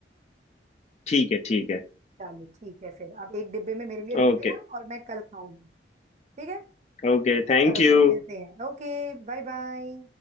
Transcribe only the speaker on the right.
चलो ठीक है फिर अब एक डिब्बे में मेरे लिए
रख देना और मैं कल खाऊंगी ठीक है
चलो
फिर मिलते हैं ओके Bye bye